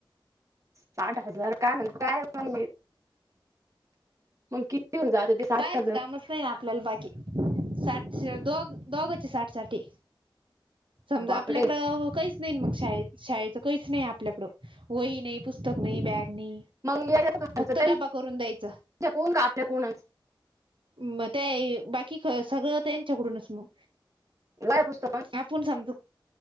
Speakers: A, on the right (about 40°); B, on the right (about 75°).
A: साठ हजार का म्ह काय म्हणजे किती होऊन जात ते साठ
B: पाहाचं
A: हजार
B: कामच ना आपल्याला बाकी साठ दो दोघाची साठ साठी समजा
A: बापरे
B: आपल्याकडं काहीच नाही मग शाेत शाळेचं काहीच नाही आपल्याकडं वही नाही पुस्तक नाही बॅग नाही
A: मग यायचा खर्च
B: फक्त
A: त्यांच्या
B: डबा करून द्यायचा
A: कोण का आपल्या कोणच
B: मग ते बाकी सगळं त्याच्याकडूनच मग
A: लय पुस्तक
B: आपण समजू